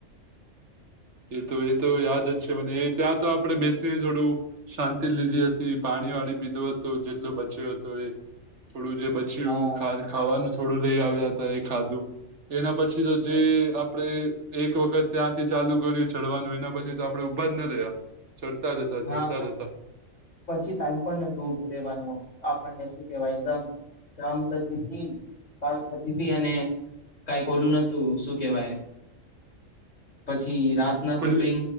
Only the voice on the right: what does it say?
એ તો એ તો યાદ જ છે મને એ ત્યાં તો આપડણે બેસી થોડુ શાંતિ લીધી હતી પાણી વાળ પીધો હતો જેટલો બચ્યો હતો, એ થોડું જે બચ્યું
ખાવાનું થોડુ, લઈ આવ્યા હતા એ ખાધુ એના પછી તો જે
આપડે એક વખત ત્યાંથી ચાલુ ચડવાનું એના પછી તો આપડે ઉઊભા જ ના રહ્યા ચડતા જતા ચડતા
જતા.
ખુલ્લી